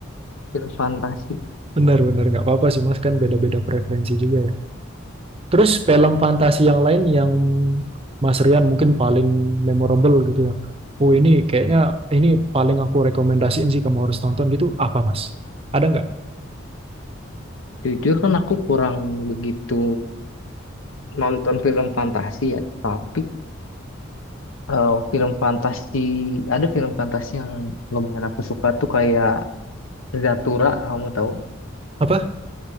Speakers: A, on the left; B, on the right.
A: film fantasi.
B: Benar, benar. Nggak apa-apa sih, Mas. Kan beda-beda preferensi juga ya. Terus film fantasi yang lain yang Mas Rian mungkin paling memorable gitu ya. Oh ini kayaknya ini paling aku rekomendasiin sih kamu harus tonton gitu. Apa Mas? Ada nggak?
A: Jujur kan aku kurang begitu nonton film fantasi ya. Tapi eh, film fantasi, ada film fantasi yang lumayan aku suka tuh kayak Zathura, kamu tahu?
B: Apa?